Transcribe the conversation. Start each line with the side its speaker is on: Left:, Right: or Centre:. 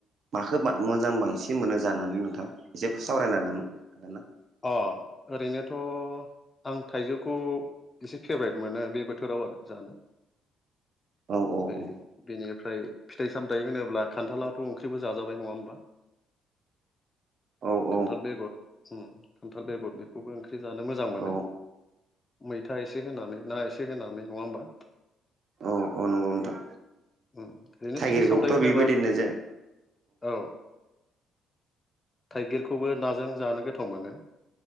Right: माखो मोजां बांसिन मोनो जानानै नोंथां एसे सावरायनो हागोन हागोन ना
Left: अ ओरैनोथ' आं थाइजौखौ एसे फेभरेट मोनो बे बोथोराव आरो जानो
Right: औ औ
Left: बै
Right: औ
Left: बेनिफ्राय फिथाइ सामथाइ होनोब्ला खान्थालाथ' ओंख्रिबो जाजाबाय नङा होमबा
Right: <inaudible> औ
Left: खान्थाल बेगर खान्थाल बेगर बेखौबो ओंख्रि जानो मोजां मोनो
Right: औ
Left: मैथा एसे होनानै ना एसे होनानै नङा होमबा
Right: औ औ नंगौ नोंथां
Left: ओरैनो
Right: थाइगिरखौथ'
Left: फिथाइ सामथाइ होनोबा
Right: बेबायदिनो जेन
Left: औ थाइगिरखौबो नाजों जानो गोथाव मोनो